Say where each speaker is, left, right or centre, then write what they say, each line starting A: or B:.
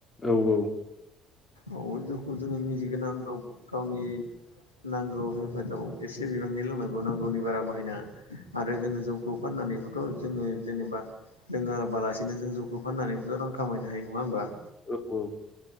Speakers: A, on the left; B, on the left.
A: औ औ।
B: अ' जौखौ जोङो <unintelligible> गावनि नांगौ हेफाजाब एसे बिबांनि लोंनांगौ नांगौनि बारा बाहायना। आरो जोङो जौखौ फाननानैबोथ' जो जेबा लोङाबालासिनो जों जौखौ फाननानै। गोबां रां खामायनो हायो नङा होनोमबा।
A: औ औ' <inaudible>